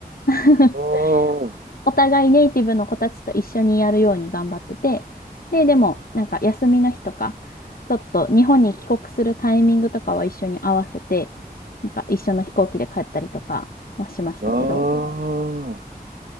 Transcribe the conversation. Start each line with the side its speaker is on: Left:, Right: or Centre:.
Left: <laughs>
Right: あ
Left: お互いネイティブの子たちと一緒にやるように頑張ってて、で、でも、なんか休みの日とか、ちょっと日本に帰国するタイミングとかは一緒に合わせて、なんか一緒の飛行機で帰ったりとかはしましたけど、
Right: あ、ああ、